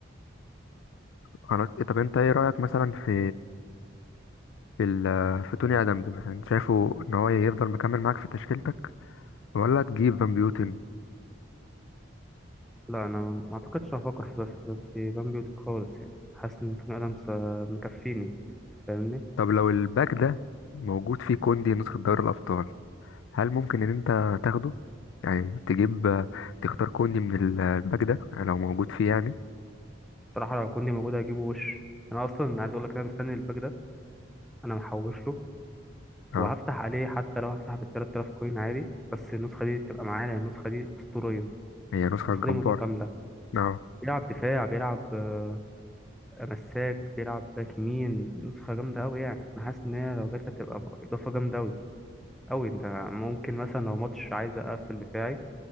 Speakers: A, on the left; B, in the centre.
A: خلاص طب انت ايه رايك مثلا في في ال... في توني ادمز مثلا شايفه ان هو يفضل مكمل معاك في تشكيلتك ولا تجيب فان بيوتن
B: لا أنا ما أعتقدش هفكر في في في بان بيوتي خالص يعني حاسس إن توني آدمز آه، مكفيني فاهمني
A: طب لو الباك ده موجود فيه كوندي نسخة دوري الأبطال هل ممكن إن أنت تاخده؟ يعني تجيب تختار كوندي من ال- الباك ده لو موجود فيه يعني
B: صراحة لو كوندي موجود هجيبه وش أنا أصلا عايز أقول لك أنا مستني الباك ده أنا محوش له
A: اه
B: وهفتح عليه حتى لو هفتح بال 3000 كوين عادي بس النسخة دي تبقى معايا لأن النسخة دي أسطورية
A: هي نسخة
B: النسخة
A: جبارة
B: دي متكاملة
A: اه
B: بيلعب دفاع بيلعب آه، مساك بيلعب باك يمين نسخة جامدة أوي يعني أنا حاسس إن هي لو جت هتبقى إضافة جامدة أوي أوي أنت ممكن مثلا لو ماتش عايز أقفل دفاعي